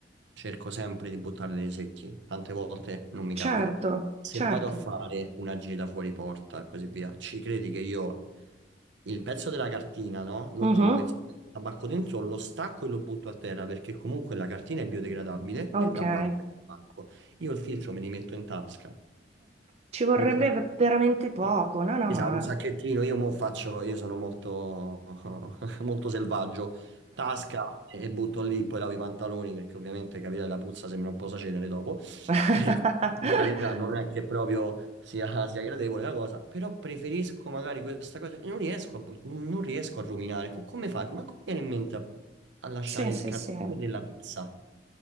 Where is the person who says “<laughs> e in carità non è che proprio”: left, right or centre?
Right